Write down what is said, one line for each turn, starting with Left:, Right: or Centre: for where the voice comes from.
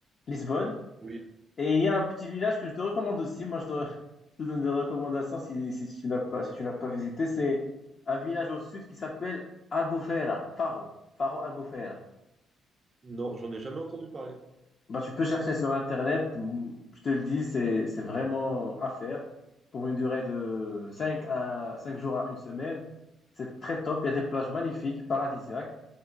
Left: Lisbonne.
Right: Oui.
Left: Et il y a un petit village que je te recommande aussi. Moi, je te, re- <laughs> je te donne des recommandations si, si tu n'as pas, si tu n'as pas visité. C'est un village au sud qui s'appelle Albufeira, Faro, Faro Albufeira.
Right: Non, j'en ai jamais entendu parler.
Left: Bah, tu peux chercher sur Internet. Mm, Je te le dis, c'est, c'est vraiment à faire pour une durée de cinq à 5 jours à une semaine. C'est très top. Il y a des plages magnifiques, paradisiaques.